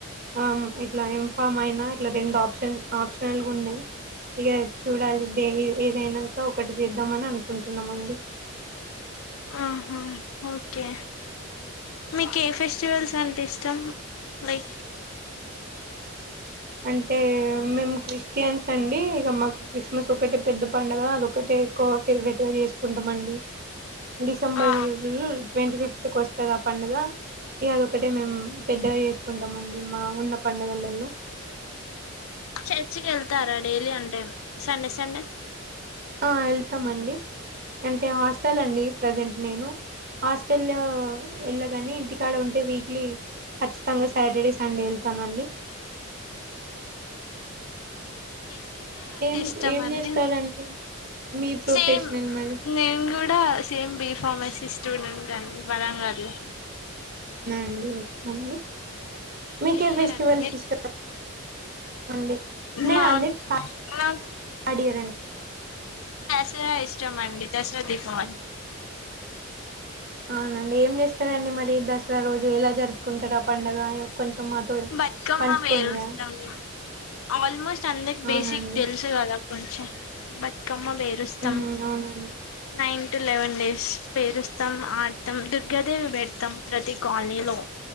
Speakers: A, on the right; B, on the left.
A: ఆ ఇట్లా ఇంఫామ్ అయినా ఇట్లా రెండు ఆప్షన్ ఆప్షనల్గా ఉన్నాయి ఇగ చూడాలి దేని ఏదైనాంక ఒకటి చేద్దామని అనుకుంటున్నామండి
B: ఆహా ఓకే మీ కే ఫెస్టివల్స్ అంటే ఇష్టం లైక్
A: అంటే మేము క్రిస్టియన్స్ అండి ఇగ మాకు క్రిస్మస్ ఒకటే పెద్ద పండుగ అదొకటే ఎక్కువగా ఫేవరెట్ గా చేసుకుంటామండి డిసెంబర్
B: ఆ
A: ట్వంటిఫిఫ్త్ కు వస్తది ఆ పండుగ ఇగ అదొకటే మేము పెద్దగా చేసుకుంటామండి మా ఉన్న పండగలల్లో
B: చర్చికి వెళ్తారా డైలీ అంటే సండే సండే
A: ఆ వెళ్తామండి అంటే హాస్టల్ అండి ప్రజెంట్ నేను హాస్టల్లో వెళ్ళగని ఇంటికాడ ఉంటే వీక్లీ ఖచ్చితంగా సాటర్డే సండే వెళ్తానండి
B: <unintelligible> అంటే
A: ఏం
B: ఇష్టం
A: ఏం
B: అండి
A: చేస్తారండి మీ ప్రొఫెషనల్
B: సేమ్
A: మరి
B: నేను కూడా సేమ్ బిఫార్సిస్ స్టూడెంట్ అండి వరంగల్లో
A: అన్ని ఓకే అండి మీకే
B: ఏ ఇయర్
A: ఫెస్టివల్స్
B: అండి మీరు
A: ఇష్ట డే నేను
B: నా
A: అంది పా
B: నాకు
A: థర్డ్ ఇయర్ అండి
B: దసరా ఇష్టం అండి దసరా దీపావళి
A: అవునండి ఏం చేస్తారండి మరి దసరా రోజు ఎలా జరుపుకుంటారు ఆ పండగ అ కొంచెం మాతో
B: బతుకమ్మ
A: పంచుకోండి
B: పెరుస్తామ్ ఆల్మోస్ట్ అందరికి
A: అవునండి
B: బేసిక్ తెలుసు కదా కొంచెం బట్ క్కమ్మ బేరుస్తాం
A: ఉమ్ అవునండి
B: నైన్ టు లెవెన్ డేస్ పేరుస్తాం ఆడతాం దుర్గాదేవి పెడతాం ప్రతి కాలనీలో